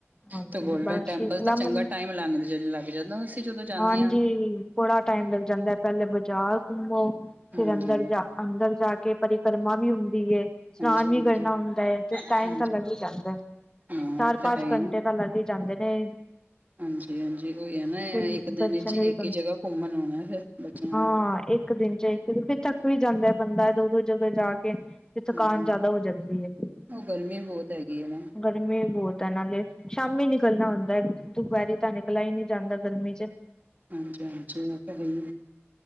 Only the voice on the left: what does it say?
ਹਾਂਜੀ
ਬਸ
ਸ਼ੀਤਲਾ
ਮੰ
ਹਾਂਜੀ
ਬੜਾ ਟਾਈਮ ਲੱਗ ਜਾਂਦਾ, ਪਹਿਲਲੇ ਬਾਜ਼ਾਰ ਘੁੰਮੋ ਫਿਰ
ਅੰਦਰ ਜਾ ਅੰਦਰ ਜਾ ਕੇ ਪਰਿਕਰਮਾ ਵੀ ਹੁੰਦੀ ਇਸ਼ਨਾਨ
ਵੀ
ਕਰਨਾ ਹੁੰਦਾ ਐ ਤੇ ਟਾਈਮ
ਤਾਂ ਲੱਗ ਈ ਜਾਂਦਾ,
ਚਾਰ
ਪਾਂਚ
ਘੰਟੇ
ਤਾਂ ਲੱਗ ਈ ਜਾਂਦੇ ਨੇ।
ਫਿਰ
ਦਰਸ਼ਨ
ਵੀ
ਹਾਂ
ਇੱਕ ਦਿਨ ਚ ਇਕ ਏ, ਕਿਉਂਕੀ ਫਿਰ ਥਕ ਵੀ ਜਾਂਦੈ ਬੰਦਾ ਦੋ-ਦੋ ਜਗ੍ਹਾ ਜਾ ਕੇ। ਤੇ ਥਕਾਨ
ਜਾਦਾ ਹੋ ਜਾਂਦੀ ਏ।
ਗਰਮੀ ਬਹੁਤ ਹੈ ਨਾਲੇ, ਸ਼ਾਮੀ ਨਿਕਲਣਾ ਹੁੰਦਾ ਦੁਪਹਿਰੀ ਤਾਂ ਨਿਕਲਾ ਹੀ ਨਹੀਂੀ ਜਾਂਦਾ ਗਰਮੀ ਚ